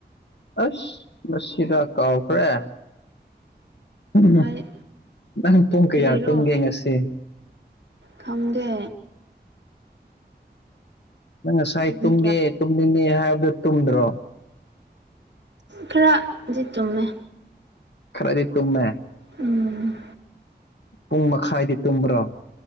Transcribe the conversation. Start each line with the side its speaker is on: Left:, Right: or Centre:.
Left: ꯑꯁ ꯃꯁꯤꯔ ꯀꯥꯎꯈ꯭ꯔꯦ ꯎꯝ
Right: ꯍꯥꯏ
Left: ꯅꯪ ꯄꯨꯡ ꯀꯌꯥ
Right: ꯀꯔꯤꯔꯣ
Left: ꯇꯨꯝꯒꯦꯉꯁꯤ
Right: ꯈꯪꯗꯦ
Left: ꯅꯪ ꯉꯁꯥꯏ
Right: ꯄꯨꯡ
Left: ꯇꯨꯝꯒꯦ ꯇꯨꯝꯅꯤꯡꯉꯦ ꯍꯥꯏꯕꯗꯣ ꯇꯨꯝꯗ꯭ꯔꯣ
Right: ꯈꯔ ꯗꯤ ꯇꯨꯝꯃꯦ
Left: ꯈꯔꯗꯤ ꯇꯨꯝꯃꯦ
Right: ꯎꯝ
Left: ꯄꯨꯡ ꯃꯈꯥꯏꯗꯤ ꯇꯨꯝꯕ꯭ꯔꯣ